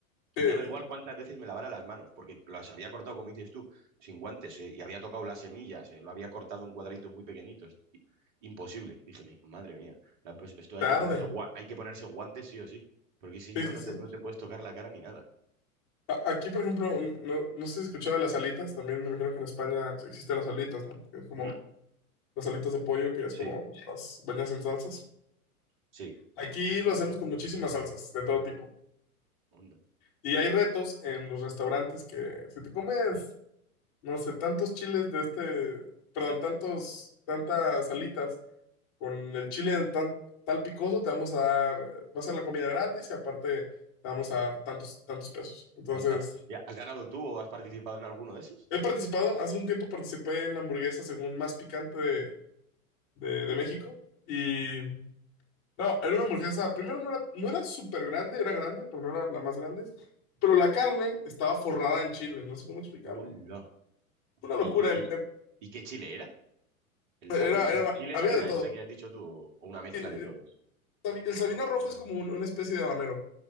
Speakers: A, on the right (about 40°); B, on the left (about 50°).
A: Y
B: Eh,
A: daba igual cuántas veces me lavara las manos, porque las había cortado, como dices tú, sin guantes, eh, y había tocado las semillas, eh, lo había cortado en cuadraditos muy pequeñitos. Y- Imposible. Dije, "Mi- madre mía, la- pues esto
B: tarde.
A: hay que ponerse, gua- hay que ponerse guantes sí o sí, porque si si
B: Sí,
A: no,
B: sí,
A: no
B: sí.
A: te, no te puedes tocar la cara ni nada.
B: A- Aquí, por ejemplo, no, no sé si escuchaba las alitas, también me imagino que en España existen las alitas, ¿no? Que es como
A: ¿Mm?
B: las alitas de pollo, que es
A: Sí,
B: como las bañas en salsas.
A: sí,
B: Aquí lo hacemos con muchísimas salsas, de todo tipo.
A: onda,
B: Y hay retos en los restaurantes que si te comes, no sé, tantos chiles de este, perdón, tantos, tantas alitas con el chile tan, tal picoso, te vamos a dar, eh, va a ser la comida gratis y aparte te vamos a dar tantos, tantos pesos. Entonces...
A: onda. Ya, ¿Has ganado tú o has participado en alguno de esos?
B: He participado, hace un tiempo participé en la hamburguesa según más picante de, de- de México. Y no, era una hamburguesa, primero no era, no era súper grande, era grande, pero no era la más grande. Pero la carne estaba forrada en chile, no sé cómo explicarlo.
A: Hola.
B: Una
A: ¿Y,
B: locura,
A: y,
B: em-
A: y,
B: em-
A: y qué Chile era? ¿El
B: era,
A: Sabin, el
B: era,
A: Chile
B: había
A: Sabina
B: de todo.
A: este que has dicho tú o o una mezcla
B: Y, eh,
A: de todos?
B: sabi- El Sabina Rojo es como un- una especie de habanero.